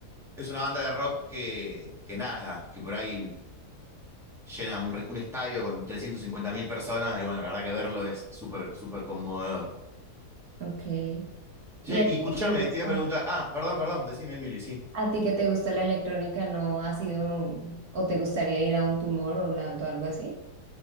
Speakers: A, in the centre; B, on the right.
A: es una banda de rock que, que nada, que por ahí llena un, re- un estadio con 350.000 personas y bueno, la verdad que verlo es súper, súper conmovedor.
B: Ok.
A: Che,
B: ¿Y a
A: y
B: ti
A: escúchame,
B: qué te gusta?
A: te iba a preguntar. Ah, perdón, perdón, decime, Emily, sí.
B: ¿A ti que te gusta la electrónica no has ido un- o te gustaría ir a un Tomorrowland o algo así?